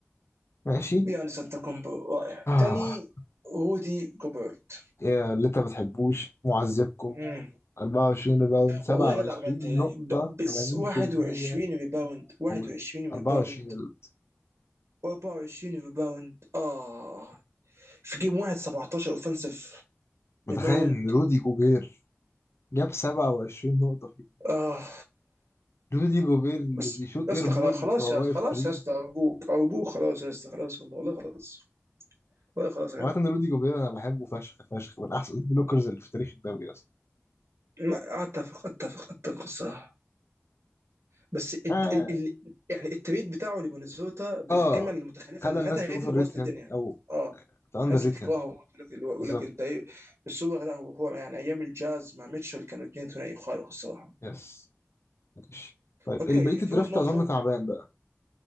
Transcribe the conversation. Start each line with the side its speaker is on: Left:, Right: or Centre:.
Left: ماشي
Right: يانس انتكومبو رائع
Left: آه
Right: تاني رودي جوبرت
Left: يا اللي أنت ما بتحبوش معذبكم
Right: مم.
Left: 24 ريباوند 27
Right: والله يا جدع بجد يعني
Left: نقطة
Right: ب- بس
Left: 80%
Right: 21 ريباوند 21
Left: جول 24
Right: ريباوند
Left: ال-
Right: 24 ريباوند اه في جيم واحد 17 اوفنسيف
Left: متخيل
Right: ريباوند
Left: إن رودي جوبير جاب 27 نقطة فيه
Right: اه
Left: رودي جوبير اللي
Right: بس
Left: بيشوط
Right: يا
Left: اير
Right: اسطى
Left: بول
Right: خلاص خلاص
Left: وهو
Right: يا
Left: واقف
Right: خلاص
Left: فري
Right: يا اسطى ارجوك ارجوك خلاص يا اسطى خلاص والله والله خلاص والله خلاص يا
Left: عامة
Right: جدع
Left: رودي جوبير انا بحبه فشخ فشخ من احسن <laughs> البلوكرز اللي في تاريخ الدوري اصلا
Right: ما- اتفق اتفق اتفق الصراحه بس الد-
Left: اه
Right: ال... ال... يعني التريد بتاعه لمينيسوتا بالقيمه
Left: اه
Right: المتخلفه
Left: خلى
Right: اللي
Left: الناس
Right: خدها هي
Left: تأوفر
Right: دي اللي بوظت
Left: ريت
Right: الدنيا
Left: هيم او
Right: اه
Left: تأندر
Right: الناس
Left: ريت
Right: بتكرهه
Left: هيم
Right: يقول لك يقول
Left: بالظبط
Right: لك انت ايه بس هو لا هو هو يعني ايام الجاز مع ميتشل كانوا اثنين ثنائي خارق الصراحه
Left: يس ماشي طيب
Right: اوكي
Left: البقية الدرافت
Right: في 12
Left: اظن تعبان بقى